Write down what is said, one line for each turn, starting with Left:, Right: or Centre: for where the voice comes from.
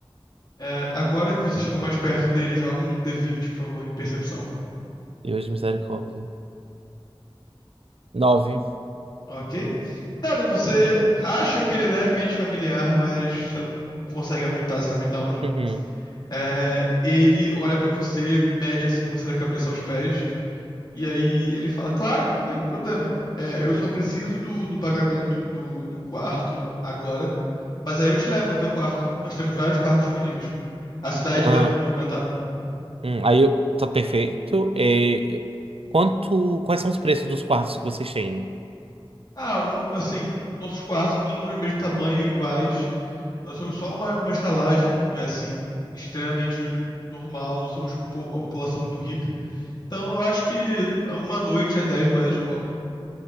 Left: É, agora que você chegou mais perto dele, joga um D20, por favor, de percepção.
Right: E hoje, misericórdia. Nove.
Left: Ok. Nada, você acha que ele é levemente familiar, mas você não não consegue apontar exatamente de onde.
Right: Uhum.
Left: É, ele olha pra você, mede assim você da cabeça aos pés, e aí ele fala: Claro, nenhum problema. É, eu só preciso do, do pagamento do, do quarto agora, mas aí eu te levo até o quarto. Nós temos vários quartos disponíveis. A cidade
Right: Ah,
Left: não é muito movimentada.
Right: hum, aí eu. Tá perfeito. É, eu- quanto. Quais são os preços dos quartos que vocês têm?
Left: Ah, um, assim, nossos quartos são todos do mesmo tamanho, iguais. Nós somos só uma, uma estalagem, eh, assim, extremamente normal. Não somos tipo, um po- uma população muito rica. Então, eu acho que uma noite é 10 moedas de cobre.